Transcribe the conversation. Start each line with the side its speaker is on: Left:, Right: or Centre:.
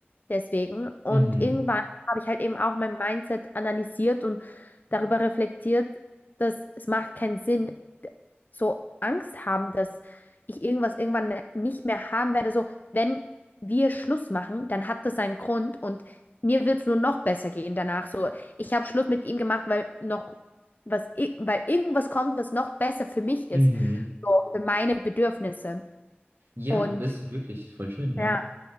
Left: deswegen. Und
Right: Mhm.
Left: irgendwann habe ich halt eben auch mein Mindset analysiert und darüber reflektiert, dass es macht keinen Sinn, so Angst haben, dass ich irgendwas irgendwann nicht mehr haben werde. So, wenn wir Schluss machen, dann hat das seinen Grund und mir wird es nur noch besser gehen danach. So, ich habe Schluss mit ihm gemacht, weil noch was, i- weil irgendwas kommt, was noch besser für mich ist,
Right: Mhm.
Left: so für meine Bedürfnisse.
Right: Ja,
Left: Und
Right: das ist halt wirklich voll schön, ja.
Left: ja,